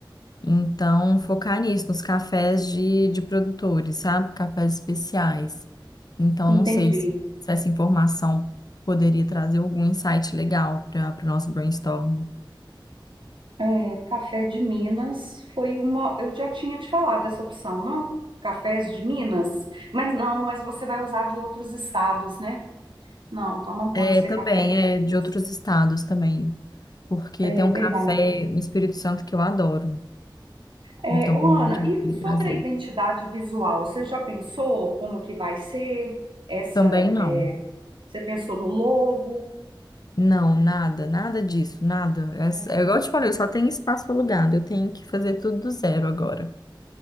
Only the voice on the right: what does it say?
entendi.
É, café de Minas foi uma. Eu já tinha te falado essa opção, não? Cafés de Minas? Mas não, mas você vai usar de outros estados, né? Não, então não pode
ser
café
de Minas.
É
verdade.
É,
ô,
Ana,
e
sobre
a identidade visual, você já pensou como que vai ser essa?
é, você pensou no logo?
É,